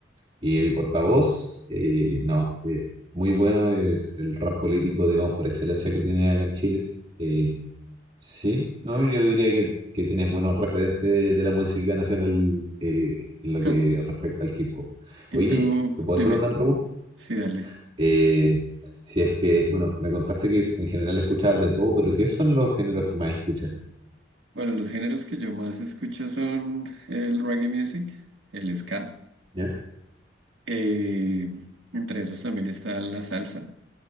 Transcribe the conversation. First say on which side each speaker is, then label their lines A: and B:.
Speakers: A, on the right; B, on the right.
A: y el portavoz, eh, no, eh, muy bueno el, el rap político, digamos, por excelencia que tiene acá en Chile. Eh, sí, no, yo diría que, que tienes buenos referentes de la música nacional eh, en lo
B: <laughs>
A: que respecta al hip hop.
B: Y
A: Oye,
B: tú,
A: ¿te puedo
B: dime,
A: hacer una pregunta?
B: sí, dale.
A: Eh, si es que, bueno, me contaste que en general escuchabas de todo, pero ¿qué son los géneros que más escuchas?
B: Bueno, los géneros que yo más escucho son el reggae music, el ska,
A: ¿Ya?
B: eh, entre esos también está la salsa.